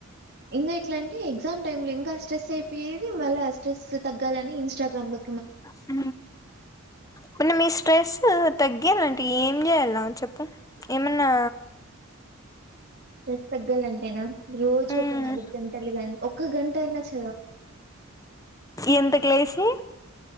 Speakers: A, on the right; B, on the left.
A: ఇంకా ఎట్లాంటే ఎగ్జామ్ టైమ్ లో ఇంకా స్ట్రెస్ అయిపోయేది మళ్ళ ఆ స్ట్రెస్ తగ్గాలని ఇంస్టాగ్రామ్ లో
B: హు మిన్నా స్ట్రెస్ ఆ తగ్గియాలంటే ఏం చేయాలి నా చెప్పు ఏమన్నా
A: స్ట్రెస్ తగ్గాలంటే నా రోజు
B: మ్మ్
A: ఒక నాలుగు గంటలు గాని ఒక గంట అయినా చా
B: ఎంతకు లేసి